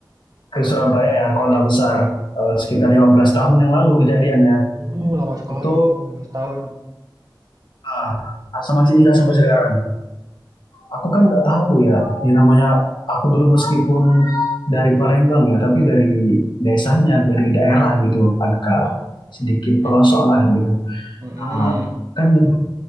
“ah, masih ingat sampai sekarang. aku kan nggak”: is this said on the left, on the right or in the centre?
Left